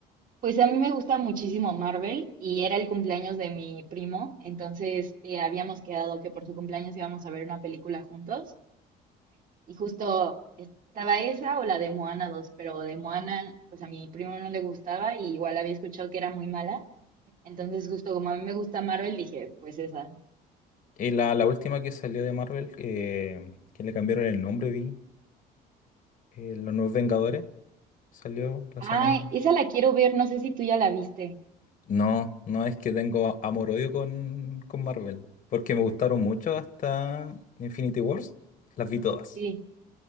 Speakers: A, on the right (about 55°); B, on the left (about 50°).
A: Pues a mí me gusta muchísimo Marvel y era el cumpleaños de mi primo, entonces eh, habíamos quedado que por su cumpleaños íbamos a ver una película juntos y justo estaba esa o la de Moana 2, pero de Moana pues a mi primo no le gustaba y igual había escuchado que era muy mala, entonces justo como a mí me gusta Marvel dije pues esa.
B: Y la, la última que salió de Marvel, eh, que le cambiaron el nombre, vi, eh, Los Nuevos Vengadores, salió la semana.
A: Ay, esa la quiero ver, no sé si tú ya la viste.
B: No, no es que tengo amor-odio con, con Marvel, porque me gustaron mucho hasta Infinity Wars, las vi todas.
A: Sí,